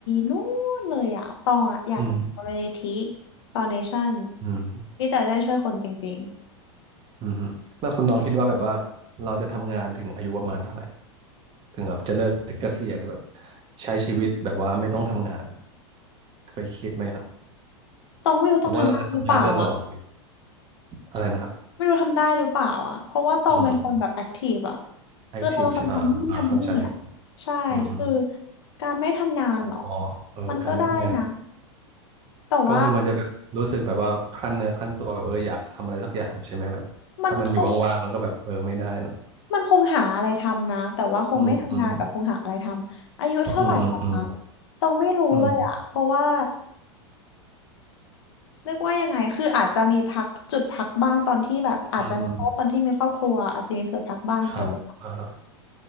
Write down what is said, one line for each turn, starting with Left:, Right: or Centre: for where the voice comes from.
Left: นู่นเลยอะตองอะอยากมูลนิธิ
Right: อืม
Left: ฟาวเดชั่น
Right: อืมอืม
Left: ที่จะได้ช่วยคนจริง
Right: อืมฮึแล้วคุณน้องคิดว่าแบบว่าเราจะทำงานถึงอายุประมาณเท่าไหร่ถึงแบบจะเลิกเกษียณแบบใช้ชีวิตแบบว่าไม่ต้องทำงานเคยคิดไหมครับ
Left: ๆตองไม่รู้ต้องทำได้หรือเปล่าอะ
Right: หรือว่าเราจะทำงานไปตลอดเลยอะไรนะครับ
Left: ไม่รู้ทำได้หรือเปล่าอ่ะ เพราะว่าตองเป็นคนแบบแอคทีฟอ่ะ
Right: อืมแอคทีฟอ่าอ่าเข้าใจ
Left: คือตองเป็นคนทำนู่นทำนี่อ่ะใช่คือ
Right: อืมอืม
Left: การไม่ทำงานเหรอ
Right: อ๋อเออการไม่ทำงาน
Left: มันก็ได้นะแต่ว่า
Right: ก็คือมันจะแบบรู้สึกแบบว่าครั่นเนื้อครั่นตัวแบบเอออยากทำอะไรสักอย่างใช่ไหมแบบถ้ามันอยู่ว่างๆมันก็แบบเออไม่ได้เนาะ
Left: มันคงมันคงหาอะไรทำนะ แต่ว่าคงไม่ทำงานแต่คงหาอะไรทำอายุเท่าไหร่ปะคะ
Right: อืมอืมอืมอืมอืม
Left: ตองไม่รู้เลยอ่ะเพราะว่า
Right: อืม
Left: เรียกว่ายังไง คืออาจจะมีพักจุดพักบ้างตอนที่แบบอาจจะเพราะว่าตอนที่มีครอบครัวอาจจะมีเผลอพักบ้างตัว
Right: อืมอืมครับอ่าฮะ